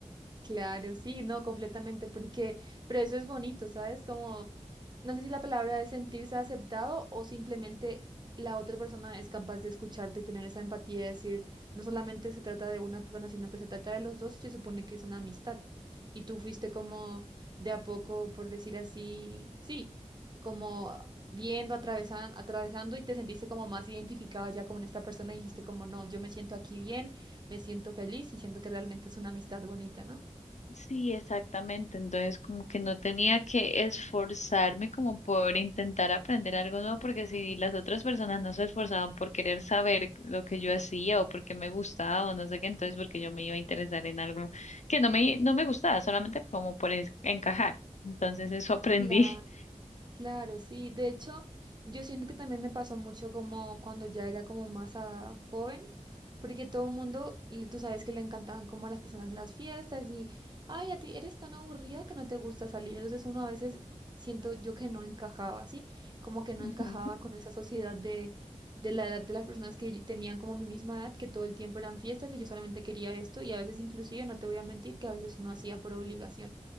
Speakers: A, on the right (about 35°); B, on the left (about 65°).
A: Claro, sí, no, completamente, porque, pero eso es bonito, ¿sabes? Como, no sé si la palabra es sentirse aceptado o simplemente la otra persona es capaz de escucharte y tener esa empatía de decir, no solamente se trata de una persona, sino que se trata de los dos y se supone que es una amistad. Y tú fuiste como de a poco, por decir así, sí, como viendo, atravesando, atravesando y te sentiste como más identificada ya con esta persona y dijiste como, no, yo me siento aquí bien, me siento feliz y siento que realmente es una amistad bonita, ¿no?
B: Sí, exactamente. Entonces, como que no tenía que esforzarme como por intentar aprender algo nuevo, porque si las otras personas no se esforzaban por querer saber lo que yo hacía o porque me gustaba o no sé qué, entonces porque yo me iba a interesar en algo que no me, no me gustaba, solamente como por es- encajar. Entonces, eso aprendí.
A: La,
B: <laughs>
A: claro, sí. De hecho, yo siento que también me pasó mucho como cuando ya era como más ah, joven, porque todo el mundo, le- tú sabes que le encantaban como a las personas las fiestas y, ay, a ti eres tan aburrida que no te gusta salir. Entonces uno a veces siento yo que no encajaba, ¿sí? Como que no
B: Ujú.
A: encajaba con esa sociedad de, de la edad de las personas que tenían como mi misma edad, que todo el tiempo eran fiestas y yo solamente quería esto y a veces inclusive, no te voy a mentir, que a veces uno hacía por obligación